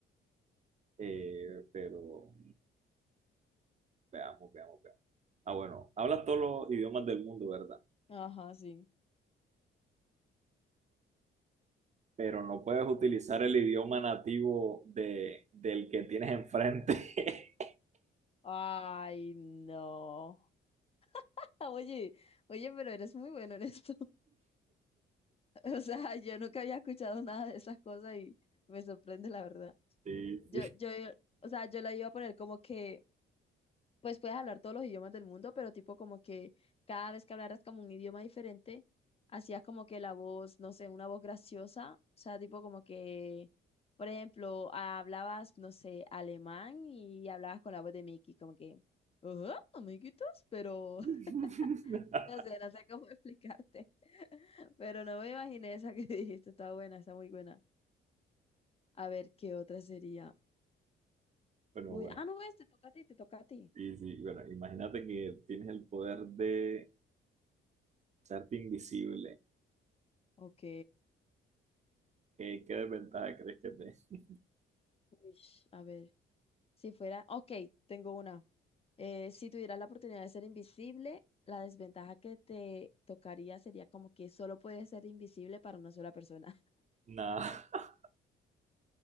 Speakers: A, on the right; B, on the left.
A: Eh, pero veamos, veamos, veamos. Ah, bueno, hablas todos los idiomas del mundo, ¿verdad?
B: Ajá, sí.
A: Pero no puedes utilizar el idioma nativo de, del que tienes enfrente. <laughs>
B: Ay, no. <laughs> Oye, oye, pero eres muy bueno en esto. <laughs> O sea, yo nunca había escuchado nada de esas cosas y me sorprende, la verdad.
A: Sí,
B: Yo,
A: sí.
B: yo, o sea, yo la iba a poner como que, pues puedes hablar todos los idiomas del mundo, pero tipo como que cada vez que hablaras como un idioma diferente, hacías como que la voz, no sé, una voz graciosa. O sea, tipo como que, por ejemplo, hablabas, no sé, alemán y hablabas con la voz de Mickey, como que, ajá, amiguitos, pero
A: <laughs>
B: <laughs> no sé, no sé cómo <laughs> explicarte. Pero no me imaginé esa que <laughs> dijiste, está buena, está muy buena. A ver, ¿qué otra sería?
A: Bueno,
B: Uy,
A: bueno.
B: ah, no, este, toca a ti, te toca a ti.
A: Sí, sí, bueno, imagínate que tienes el poder de hacerte invisible.
B: Ok.
A: ¿Qué, qué desventaja crees que te?
B: Uish, a ver, si fuera, ok, tengo una. Eh, si tuvieras la oportunidad de ser invisible, la desventaja que te tocaría sería como que solo puedes ser invisible para una sola persona.
A: Nada.